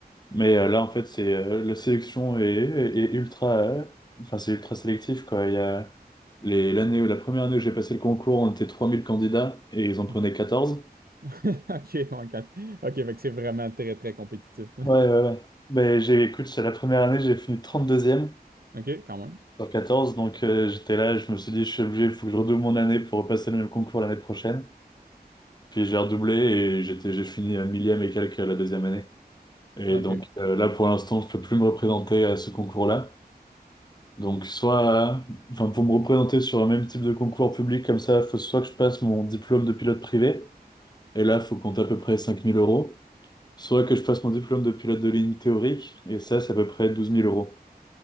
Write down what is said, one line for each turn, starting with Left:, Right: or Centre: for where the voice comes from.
Left: Mais euh, là, en fait, c'est euh, la sélection est, est- ultra, euh, enfin, c'est ultra sélectif, quoi. Il y a les, l'année, la première année où j'ai passé le concours, on était 3000 candidats et ils en prenaient
Right: OK.
Left: quatorze
Right: <laughs> OK. ouais, quand- OK. Fait que c'est vraiment très, très compétitif.
Left: Ouais, ouais, ouais. Mais j'ai, écoute, c'est la première année, j'ai fini trente deuxième
Right: <laughs> OK, quand même.
Left: sur quatorze Donc, euh, j'étais là, je me suis dit, je suis obligé, il faut que je redouble mon année pour repasser le même concours l'année prochaine. Puis j'ai redoublé et j'étais, j'ai fini à millième et quelques la deuxième année. Et
Right: OK.
Left: donc euh, là, pour l'instant, je peux plus me représenter à ce concours-là. Donc soit, enfin pour me représenter sur un même type de concours public comme ça, faut soit que je passe mon diplôme de pilote privé, et là, faut compter à peu près 5000 euros, soit que je passe mon diplôme de pilote de ligne théorique, et ça, c'est à peu près douze mille euros.